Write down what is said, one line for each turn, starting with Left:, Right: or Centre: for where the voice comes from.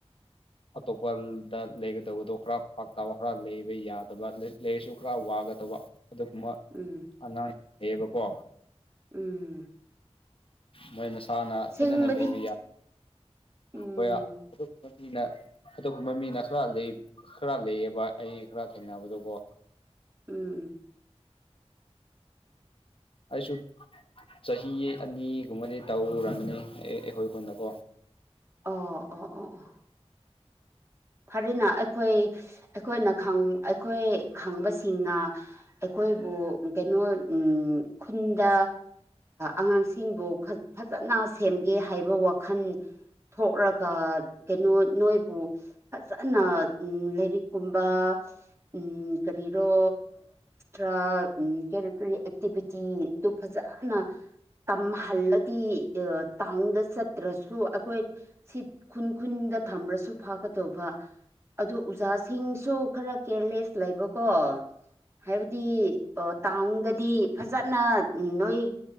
Left: ꯑꯇꯣꯞꯄꯗ ꯂꯩꯒꯗꯕꯗꯣ ꯈꯔ ꯄꯥꯛ ꯇꯥꯕ ꯈꯔ ꯂꯩꯕ ꯌꯥꯗꯕ ꯂꯩꯔꯁꯨ ꯈꯔ ꯋꯥꯒꯗꯧꯕ ꯑꯗꯨ ꯃꯥ
Right: ꯎꯝ
Left: ꯑꯉꯥꯡꯑꯌꯦꯕꯀꯣ
Right: ꯎꯝ
Left: ꯃꯣꯏ ꯃꯁꯥꯅ
Right: ꯁꯦꯡꯕꯗꯤ
Left: ꯐꯖꯅ ꯂꯩꯕꯤ ꯌꯥ
Right: <unintelligible> ꯎꯝ
Left: ꯍꯣꯏ ꯃꯤꯅ ꯑꯗꯨꯒꯨꯝꯕ ꯃꯤꯅ ꯈꯔ ꯈꯔ ꯂꯩꯌꯦꯕ ꯑꯩ ꯈꯔ ꯊꯦꯡꯅꯕꯗꯣꯀꯣ
Right: ꯎꯝ
Left: ꯑꯩꯁꯨ ꯆꯍꯤ ꯑꯅꯤꯒꯨꯝꯕꯗꯤ ꯇꯧꯔꯅꯤ ꯑꯩꯈꯣꯏꯈꯣꯏꯅꯀꯣ
Right: ꯑꯣ ꯑꯣ ꯑꯣ ꯑꯣ ꯐꯔꯤꯅ ꯑꯩꯈꯣꯏ ꯑꯩꯈꯣꯏꯅ ꯑꯩꯈꯣꯏ ꯈꯪꯕꯁꯤꯡꯅ ꯑꯩꯈꯣꯏꯕꯨ ꯀꯩꯅꯣ ꯎꯝ ꯈꯨꯟꯗ ꯑꯉꯥꯡꯁꯤꯡꯕꯨ ꯐꯖꯅ ꯁꯦꯝꯒꯦ ꯍꯥꯏꯕ ꯋꯥꯈꯜ ꯊꯣꯛꯂꯒ ꯀꯩꯅꯣ ꯅꯣꯏꯕꯨ ꯐꯖꯅ ꯎ ꯂꯥꯏꯔꯤꯛ ꯀꯨꯝꯕ ꯎꯝ ꯀꯔꯤꯔꯣ ꯭ꯔ ꯀꯦꯔꯤꯀꯨꯂꯔ ꯑꯦꯛꯇꯤꯚꯤꯇꯤꯗꯨꯣ ꯐꯖꯅ ꯇꯝꯍꯜꯂꯗꯤ ꯇꯥꯎꯟꯗ ꯆꯠꯇ꯭ꯔꯁꯨ ꯑꯩꯈꯣꯏ ꯁꯤ ꯈꯨꯟ ꯈꯨꯟꯗ ꯊꯝꯕ꯭ꯔꯁꯨ ꯐꯥꯒꯗ ꯇꯧꯕ ꯑꯗꯨ ꯑꯣꯖꯥꯁꯤꯡꯁꯨ ꯈꯔ ꯀꯦꯌꯔꯂꯦꯁ ꯂꯩꯕꯀꯣ ꯍꯥꯏꯕꯗꯤ ꯑꯣ ꯇꯥꯎꯟꯗꯗꯤ ꯐꯖꯅ ꯅꯣꯏ